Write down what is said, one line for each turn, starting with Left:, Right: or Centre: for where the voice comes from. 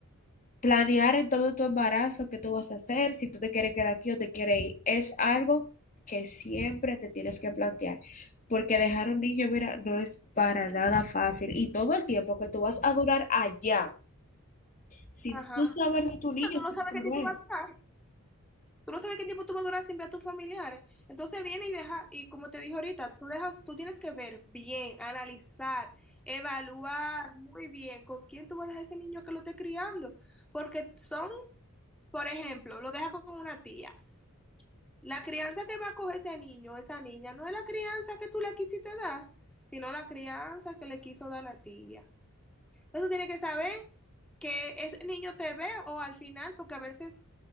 Left: Planear en todo tu embarazo qué tú vas a hacer, si tú te quieres quedar aquí o te quieres ir, es algo que siempre te tienes que plantear, porque dejar un niño, mira, no es para nada fácil y todo el tiempo que tú vas a durar allá, sin
Centre: Ajá.
Left: tú saber de tu niño,
Centre: Pero tú
Left: sin
Centre: no sabes
Left: tú
Centre: qué tipo
Left: ver.
Centre: vas a estar. tú no sabes qué tiempo tú vas a durar sin ver a tus familiares. Entonces viene y deja, y como te dije ahorita, tú dejas, tú tienes que ver bien, analizar, evaluar muy bien con quién tú vas a dejar ese niño que lo esté criando. Porque son, por ejemplo, lo deja con una tía. La crianza que va a coger ese niño, esa niña, no es la crianza que tú le quisiste dar, sino la crianza que le quiso dar la tía. Entonces tú tienes que saber que ese niño te ve o al final, porque a veces